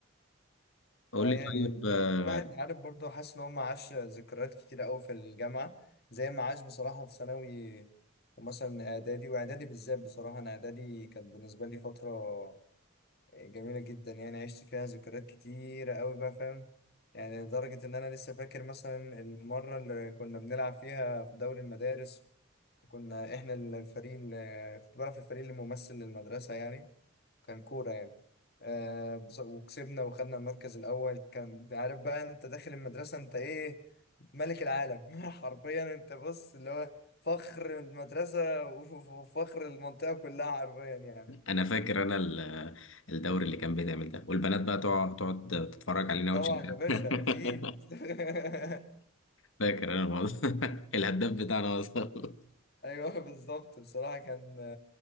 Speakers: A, on the left; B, on the left.
A: قول
B: اه
A: لي
B: يعني
A: طيب آه،
B: الواحد عارف برضه حاسس ان هو ما عاش ذكريات كتير قوي في الجامعه زي ما عاش بصراحه في ثانوي ومثلا اعدادي واعدادي بالذات بصراحه انا اعدادي كانت بالنسبه لي فتره جميله جدا يعني عشت فيها ذكريات كتيره قوي بقى فاهم يعني لدرجه ان انا لسه فاكر مثلا المره اللي كنا بنلعب فيها في دوري المدارس كنا احنا الفريق اللي كنت بلعب في الفريق اللي ممثل للمدرسة يعني كان كورة يعني آه بص- وكسبنا وخدنا المركز الأول كان عارف بقى انت داخل المدرسة انت ايه ملك العالم <laughs> حرفيا انت بص اللي هو فخر المدرسة وف- وفخر المنطقة كلها حرفيا يعني
A: انا فاكر انا ال- آه، الدوري اللي كان بيتعمل ده والبنات بقى تقعد تقعد تتفرج علينا
B: طبعا
A: وتشجع
B: يا باشا
A: <laughs>
B: اكيد <laughs>
A: فاكر انا الموضوع <laughs> الهداف بتاعنا وصل
B: ايوه بالظبط بصراحة كان